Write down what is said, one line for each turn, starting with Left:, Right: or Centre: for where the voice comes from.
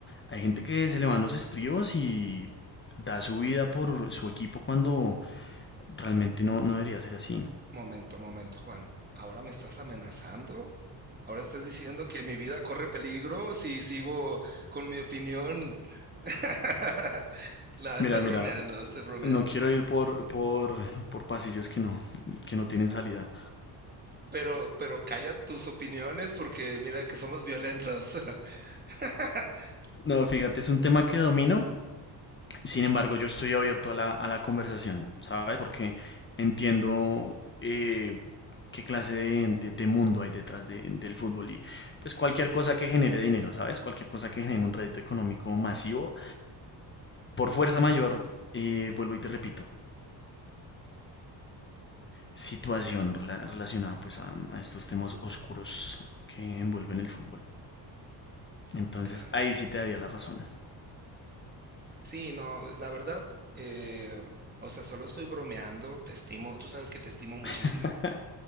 Left: Hay gente que se le van los estribos y da su vida por su equipo cuando realmente no, no debería ser así.
Right: Momento, momento, Juan. ¿Ahora me estás amenazando? ¿Ahora estás diciendo que mi vida corre peligro si sigo con mi opinión? <laughs> No, estoy
Left: Mira,
Right: bromeando,
Left: mira,
Right: estoy bromeando.
Left: no quiero ir por, por, por pasillos que no, que no tienen salida.
Right: Pero, pero calla tus opiniones porque mira que somos violentos. <laughs>
Left: No, fíjate, es un tema que domino, sin embargo, yo estoy abierto a la, a la conversación, ¿sabes? Porque entiendo eh, qué clase de, de- de mundo hay detrás de- del fútbol y pues cualquier cosa que genere dinero, ¿sabes? Cualquier cosa que genere un rédito económico masivo, por fuerza mayor, eh, vuelvo y te repito, situación rela- relacionada pues a, a estos temas oscuros que envuelven el fútbol. Entonces,
Right: Claro.
Left: ahí sí te daría la razón.
Right: Sí, no, la verdad, eh, o sea, solo estoy bromeando, te estimo, tú sabes que te estimo muchísimo
Left: <laughs>